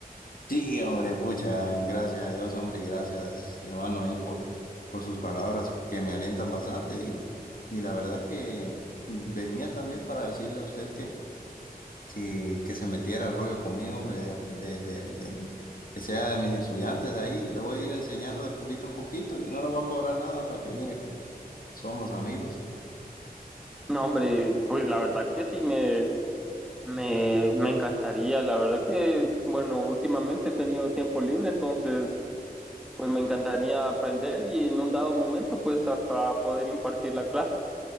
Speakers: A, on the left; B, in the centre.
A: Sí, hombre, pucha, gracias a Dios, hombre, y gracias, hermano, ahí por, por sus palabras que me alientan bastante. Y, y la verdad que venía también para decirle a usted que, que, que se metiera al rollo conmigo, hombre, de, de, de, de- que sea de mis estudiantes ahí. Le voy a ir enseñando de poquito en poquito y no le voy a cobrar nada para que mire que somos amigos.
B: No, hombre, pues la verdad que sí me, me, me encantaría. La verdad que, bueno, últimamente he tenido tiempo libre, entonces pues me encantaría aprender y en un dado momento pues hasta poder impartir la clase.